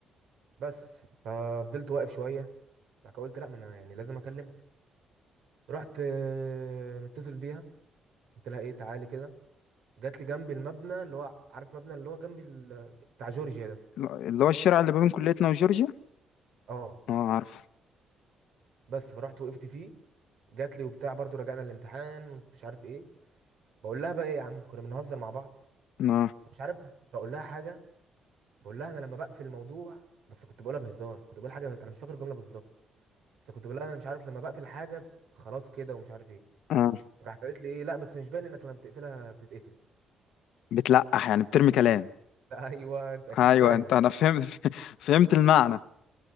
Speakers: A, on the right; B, on the left.
A: بس ففضلت واقف شوية بعد كده قلت لا ما أنا يعني لازم أكلمها رحت آه، متصل بيها قلت لها إيه تعالي كده جات لي جنب المبنى اللي هو عارف مبنى اللي هو جنب ال- بتاع جورجيا ده
B: اللي هو الشارع اللي ما بين كليتنا وجورجيا
A: اه
B: اه عارفه
A: بس فرحت وقفت فيه جات لي وبتاع برضو رجعنا الامتحان ومش عارف ايه بقول لها بقى ايه يا عم كنا بنهزر مع بعض
B: اه
A: مش عارف بقول لها حاجه بقول لها انا لما بقفل الموضوع بس كنت بقولها بهزار كنت بقول حاجه انا مش فاكر الجمله بالظبط بس كنت بقول لها انا مش عارف لما بقفل حاجه خلاص كده ومش عارف ايه
B: اه
A: فراحت قالت لي ايه لا بس مش باين انك لما بتقفلها بتتقفل
B: بتلقح يعني بترمي كلام
A: <laughs> لا ايوه انت اكيد
B: ايوه
A: فاهم
B: انت انا فهمت <laughs> فهمت المعنى